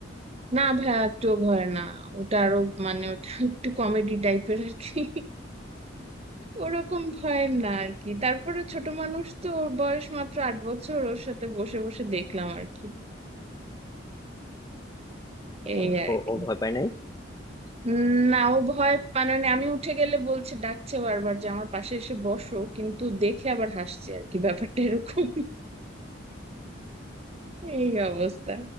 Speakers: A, on the right (about 30°); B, on the left (about 20°).
A: না ভাই একটু ভয় না ওটা আরো মানে ওটা <laughs> একটু কমেডি টাইপের আর কি ওরকম ভয়ের না আর কি তারপরে ছোট মানুষ তো ওর বয়স মাত্র আট বছর ওর সাথে বসে বসে দেখলাম আর কি
B: আহ,
A: এই আর
B: ও
A: কি
B: ও ভয় পায় নাই
A: উম, না ও ভয় পায় মানে আমি উঠে গেলে বলছে ডাকছে বারবার যে আমার পাশে এসে বসো কিন্তু দেখে আবার হাসছে আর কি ব্যাপারটা এরকম এই অবস্থা